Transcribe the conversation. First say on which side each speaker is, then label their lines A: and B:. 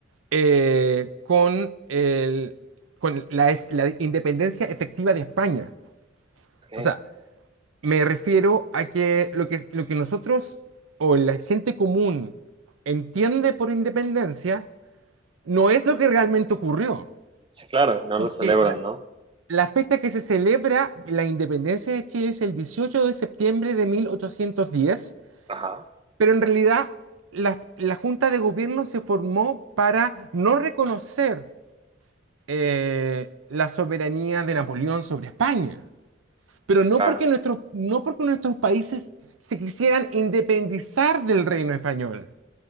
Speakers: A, on the right; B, on the right.
A: eh, con, el- con la, ef- la independencia efectiva de España.
B: Ok.
A: O sea, me refiero a que lo que, lo que nosotros o la gente común entiende por independencia no es lo que realmente ocurrió.
B: Sí, claro, no
A: porque
B: lo celebran, ¿no?
A: la fecha que se celebra la independencia de Chile es el 18 de septiembre de 1810,
B: Ajá.
A: pero en realidad la, la Junta de Gobierno se formó para no reconocer eh, la soberanía de Napoleón sobre España, pero no
B: claro.
A: porque, nuestros no porque nuestros países se quisieran independizar del reino español.